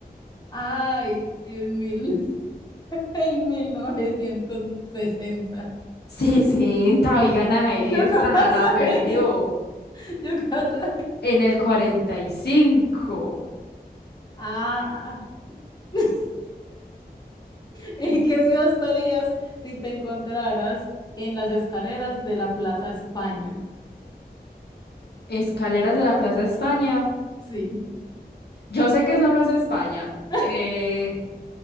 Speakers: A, on the left; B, on the left.
A: Ay, en mil, <laughs> en mil novecientos sesenta
B: 60. hoy gana esta,
A: Yo <laughs> cómo
B: la
A: sabía,
B: perdió.
A: yo cómo sabía.
B: En el 45.
A: Ah, <laughs> ¿en qué ciudad estarías si te encontraras en las escaleras de la Plaza España?
B: escaleras de la Plaza de España.
A: Sí,
B: Yo sé que eso no es España,
A: <laughs>
B: eh,